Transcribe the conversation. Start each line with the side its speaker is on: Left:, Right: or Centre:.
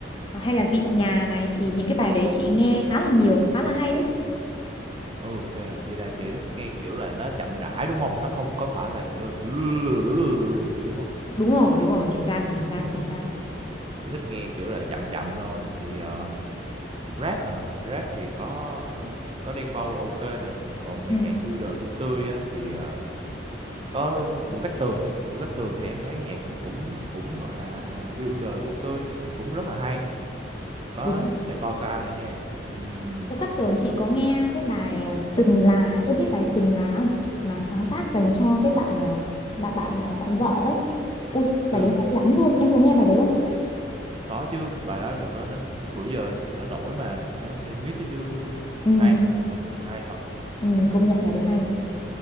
Left: Ờ, hay là vị nhà này thì những cái bài đấy chị nghe khá là nhiều, khá là hay đấy.
Right: ok chị là chị thích nghe kiểu là nó chậm rãi đúng không nó không có phải là kiểu là <laughs> gì đúng không
Left: đúng rồi đúng rồi chính xác chính xác chính xác
Right: chị thích nghe kiểu là nó chậm chậm thôi thì ờ, rap hả rap thì có ờ, có Đen Vâu là ok nè còn mình
Left: Ừ.
Right: nhạc yêu đời vui tươi á, thì ờ, có Vũ Cát Tường Vũ Cát Tường thì em thấy nhạc cũng cũng gọi là yêu đời vui tươi cũng rất là hay có
Left: đúng rồi.
Right: để coi có ai nữa nha Ừm,
Left: Vũ Cát Tường chị có nghe cái bài à, Từng Là em biết bài Từng Là không mà sáng tác dành cho cái bạn à, bạn bạn à, bạn vợ đấy ui
Right: ừ,
Left: bài đấy hay lắm luôn em có nghe bài đấy không
Right: có chứ bài đó được đó nó bữa giờ nó nổi mà được đó em nghe miết cái chứ
Left: ừ,
Right: hay công nhận là hay thật
Left: ừ công nhận bài đấy hay